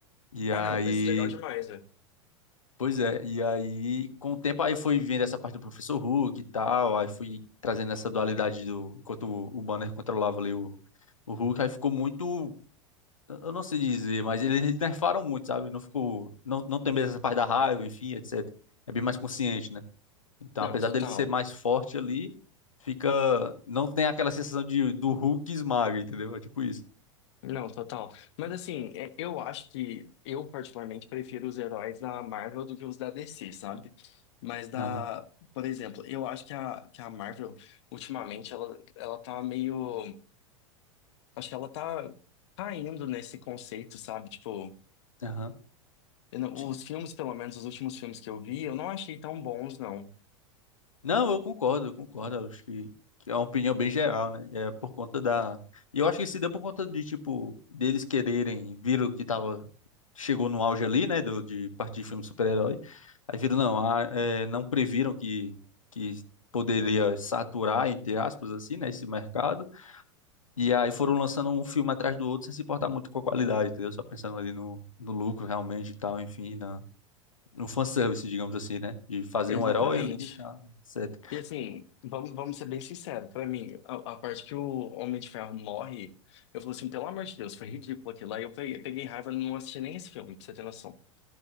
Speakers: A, on the left; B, on the left.
A: E
B: Ah,
A: aí,
B: não, mas legal demais, velho.
A: pois é, e aí, com o tempo, aí fui vendo essa parte do Professor Hulk e tal, aí fui trazendo essa dualidade do, enquanto o, o Banner controlava ali o, o Hulk, aí ficou muito, eu não sei dizer, mas eles nerfaram muito, sabe? Não ficou, não, não tem mais essa parte da raiva, enfim, etc. É bem mais consciente, né? Então,
B: Não,
A: apesar
B: total.
A: dele ser mais forte ali, fica. Não tem aquela sensação de do Hulk esmaga, entendeu? É tipo isso.
B: Não, total. Mas assim, é- eu acho que eu particularmente prefiro os heróis da Marvel do que os da DC, sabe? Mas da,
A: Aham,
B: por exemplo, eu acho que a, que a Marvel ultimamente ela, ela tá meio, acho que ela tá caindo nesse conceito, sabe? Tipo,
A: aham.
B: eu não-
A: De-
B: os filmes, pelo menos os últimos filmes que eu vi, eu não achei tão bons, não.
A: Não, eu concordo, eu concordo. Eu Acho que, que é uma opinião bem geral, né? É por conta da. E eu acho que se deu por conta de, tipo, deles quererem, viram que tava. Chegou no auge ali, né? Do, de partir de filme de super-herói. Aí viram, não, ah, é, não previram que, que poderia saturar, entre aspas, assim, né? Esse mercado. E aí foram lançando um filme atrás do outro sem se importar muito com a qualidade, entendeu? Só pensando ali no, no lucro realmente e tal, enfim, na, no fanservice, digamos assim, né? De fazer
B: Exatamente.
A: um herói ali e tal, etc.
B: E assim, vamos, vamos ser bem sinceros. Pra mim, a, a parte que o Homem de Ferro morre, eu falo assim, pelo amor de Deus, foi ridículo aquilo lá. eu peguei, peguei raiva e não assisti nem esse filme, pra você ter noção.